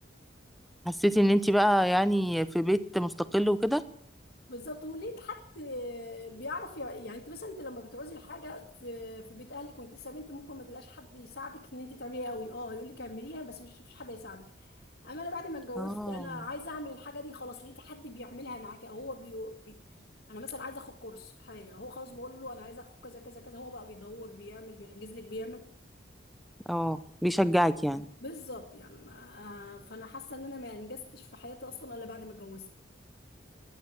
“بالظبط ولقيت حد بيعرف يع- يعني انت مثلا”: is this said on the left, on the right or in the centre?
Left